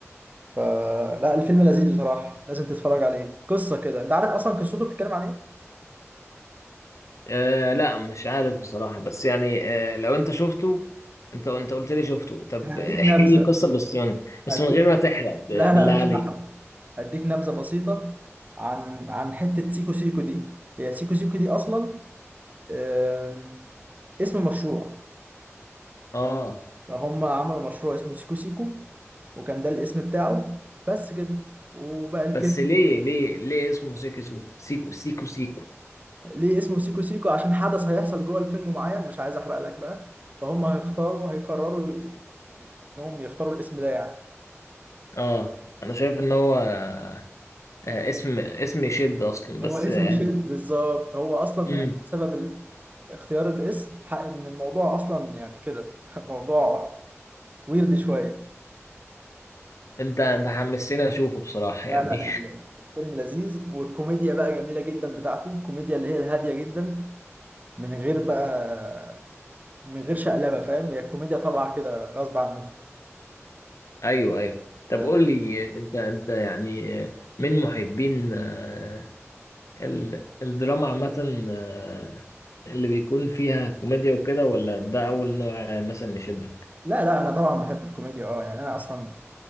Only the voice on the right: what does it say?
فلا الفيلم لذيذ بصراحة لازم تتفرج عليه قصة كده انت عارف اصلا قصته بتتكلم عن ايه
هديك
نبذة
هديك
لا لا
مش هحرق هديك نبذة بسيطة عن عن حتة سيكو سيكو دي هي سيكو سيكو دي اصلا آم، اسم مشروع
فهم عملوا مشروع اسمه سيكو سيكو وكان ده الاسم بتاعه بس كده وبقى الكلمة
ليه اسمه سيكو سيكو عشان حدث هيحصل جوه الفيلم معين مش عايز احرق لك بقى فهم هيختاروا هيقرروا ي- انهم يختاروا الاسم ده يعني
هو اسم
يشد <laughs> بالظبط هو اصلا
يعني سبب ال... اختيار الاسم حق ان الموضوع اصلا يعني كده <laughs> موضوع ويرد شويه
لا
لا ال- الفيلم لذيذ والكوميديا بقى جميله جدا بتاعته الكوميديا اللي هي الهاديه جدا من غير بقى من غير شقلبه فاهم هي الكوميديا طالعه كده غصب عنه
ف-
لا لا انا طبعا بحب الكوميديا اه يعني انا اصلا